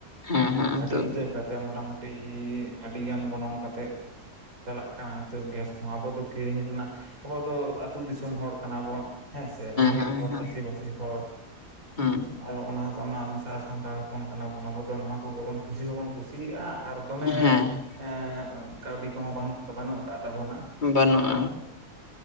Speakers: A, on the left (about 30°); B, on the right (about 60°).
A: ᱦᱮᱸ ᱦᱮᱸ ᱱᱤᱛᱚᱜ
B: ᱟᱹᱰᱤ ᱩᱛᱟᱹᱨ ᱠᱟᱛᱮ ᱢᱚᱴᱟ-ᱢᱩᱴᱤ ᱟᱹᱰᱤ ᱜᱟᱱ ᱜᱚᱱᱚᱝ ᱠᱟᱛᱮᱫ ᱪᱟᱞᱟᱜ ᱠᱟᱱᱟ ᱱᱤᱛᱚᱜ ᱜᱮᱥ ᱦᱚᱸ ᱟᱵᱚ ᱫᱚ ᱠᱤᱨᱤᱧ ᱨᱮᱱᱟᱜ ᱟᱵᱚ ᱫᱚ ᱟᱹᱛᱩ ᱫᱤᱥᱚᱢ ᱦᱚᱲ ᱠᱟᱱᱟ ᱵᱚᱱ ᱦᱮᱸ ᱥᱮ ᱨᱮᱸᱜᱮᱡ
A: ᱦᱮᱸ
B: ᱦᱚᱲ
A: ᱦᱮᱸ
B: ᱪᱟᱹᱥᱤ ᱵᱟᱹᱥᱤ ᱦᱚᱲ
A: ᱦᱮᱸ
B: ᱟᱨ ᱚᱱᱟ ᱚᱱᱟ ᱥᱟᱱᱛᱟᱲ ᱦᱚᱯᱚᱱ ᱠᱟᱱᱟ ᱵᱚᱱ ᱟᱵᱚ ᱫᱚ ᱱᱚᱣᱟ ᱠᱚᱜᱮ ᱵᱚᱱ ᱠᱩᱥᱤ ᱦᱚᱸᱵᱚᱱ ᱠᱩᱥᱤᱭᱟᱜᱼᱟ ᱟᱨ ᱫᱚᱢᱮ
A: ᱦᱮᱸ
B: ᱮ ᱠᱟᱹᱣᱰᱤ ᱠᱚᱸᱦᱚ ᱵᱟᱱᱩᱜ ᱠᱟᱫ ᱛᱟᱵᱚᱱᱟ
A: ᱵᱟᱹᱱᱩᱜᱼᱟ